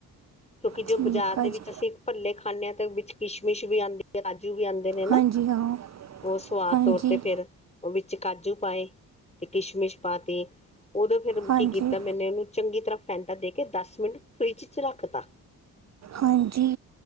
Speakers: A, on the left; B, on the right.
A: ਕਿਉਂਕਿ ਜੋ
B: ਠੀਕ
A: ਬਾਜ਼ਾਰ ਦੇ
B: ਆ
A: ਵਿੱਚ
B: ਜੀ
A: ਅਸੀਂ ਭੱਲੇ ਖਾਂਨੇ ਹਾਂ, ਤੇ ਵਿੱਚ ਕਿਸ਼ਮਿਸ਼ ਵੀ ਆਂਦੀ ਹੈ ਆਜ ਵੀ ਆਉਂਦੇ ਨੇ ਨਾ
B: ਹਾਂਜੀ ਹਾਂ
A: ਉਹ ਸਵਾਦ
B: ਹਾਂਜੀ
A: ਤੌਰ ਤੇ, ਫੇਰ, ਉਹ ਵਿੱਚ ਵਿੱਚ ਕਾਜੂ ਪਾਏ ਤੇ, ਕਿਸ਼ਮਿਸ਼ ਪਾਤੀ ਉਦੋਂ ਫਿਰ
B: ਹਾਂਜੀ
A: ਕੀ ਕੀਤਾ, ਮੈਨੇ ਉਹਨੂੰ ਚੰਗੀ ਤਰ੍ਹਾਂ ਫੈਂਟਾ ਦੇਕੇ ਦੱਸ ਮਿੰਟ ਫਰਿੱਜ'ਚ ਰੱਖ ਤਾ।
B: ਹਾਂਜੀ।